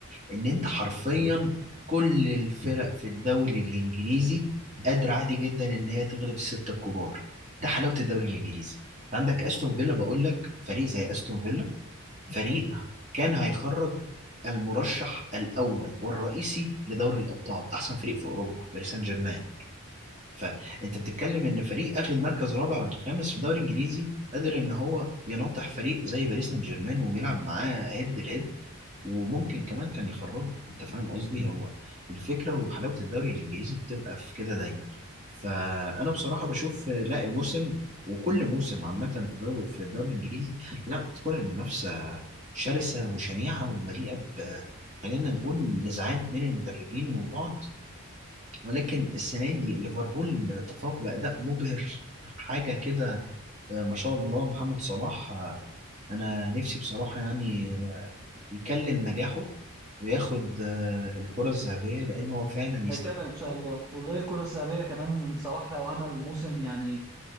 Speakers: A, on the right; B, on the right.
A: ان انت حرفيا كل الفرق في الدوري الانجليزي قادره عادي جدا ان هي تغلب السته الكبار ده حلاوه الدوري الانجليزي عندك استون فيلا بقول لك فريق زي استون فيلا فريق كان هيخرج المرشح الاول والرئيسي لدوري الابطال احسن فريق في اوروبا باريس سان جيرمان فانت بتتكلم ان فريق اخد مركز رابع ولا خامس في الدوري الانجليزي قادر ان هو يناطح فريق زي باريس سان جيرمان ويلعب معاه هيد لهيد وممكن كمان كان يخرجوا انت فاهم قصدي هو الفكره وحلاوه الدوري الانجليزي بتبقى في كده دايما فانا بصراحه بشوف آه، لا الموسم وكل موسم عامه في الدوري في الدوري الانجليزي لا بتكون المنافسه شرسه وشنيعه ومليئه ب خلينا نقول نزاعات بين المدربين وبعض ولكن السنه دي ليفربول تفوق باداء مبهر حاجه كده آه، ما شاء الله محمد صلاح آه، انا نفسي بصراحه يعني يكلم نجاحه وياخد آه، الكرة الذهبية لأن هو فعلا يستحقها
B: هيكمل ان شاء الله وغير الكره الذهبيه كمان صلاح لو عمل موسم يعني